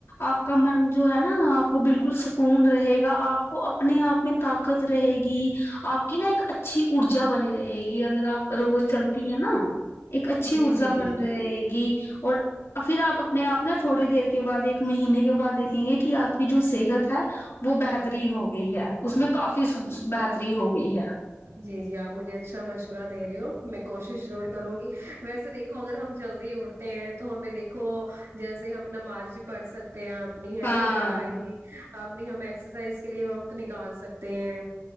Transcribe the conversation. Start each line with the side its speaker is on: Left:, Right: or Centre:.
Left: آپ کا من جو ہے نا آپ کو بالکل سکون رہے گا آپ کو اپنے آپ میں طاقت رہے گی آپ کی نا ایک اچھی ارجا بنی رہے گی اگر آپ روز چلتی ہے نا ایک اچھی
Right: جی
Left: ارجا
Right: جی جی
Left: بن رہے گی اور اور پھر آپ اپنے آپ نا تھوڑی دیر کے بعد ایک مہینے کے بعد دیکھیں گے کہ آپ کی جو صحت ہے وہ بہترین ہو گئی ہے اس میں کافی س س بہتری ہو گئی ہے
Right: جی جی آپ مجھے اچھا مشورہ دے رہے ہو میں کوشش ضرور کروں گی ویسے دیکھو اگر ہم جلدی اٹھتے ہیں تو ہمیں دیکھو جیسے ہم نماز پڑھ سک سکتے ہیں اپنی ہے
Left: ہاں
Right: نا پڑھائی اپنی ہم ایکسرسائز کے لیے ہمپ نکال سکتے ہیں